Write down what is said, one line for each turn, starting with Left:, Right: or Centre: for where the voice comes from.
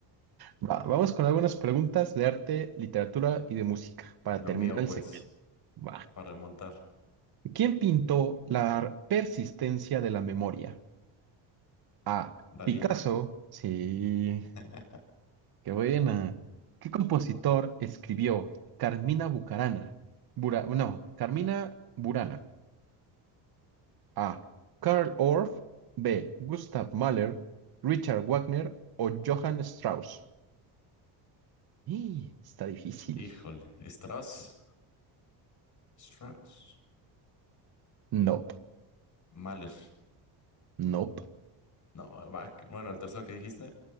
Right: Va, vamos con algunas preguntas de arte, literatura y de música para
Left: Lo
Right: terminar
Left: mío,
Right: el
Left: pues,
Right: segmento. Va.
Left: para remontar.
Right: ¿Quién pintó la persistencia de la memoria? A.
Left: Dalí.
Right: Picasso. Sí.
Left: <laughs>
Right: Qué buena. ¿Qué compositor escribió Carmina Bucarana? Bura- no, Carmina Burana. A. Karl Orff. B. Gustav Mahler. Richard Wagner o Johann Strauss. Y está difícil.
Left: Híjole. Strauss. Strauss.
Right: Nope,
Left: Mahler.
Right: nope,
Left: No, Bach. Bueno, el tercero que dijiste.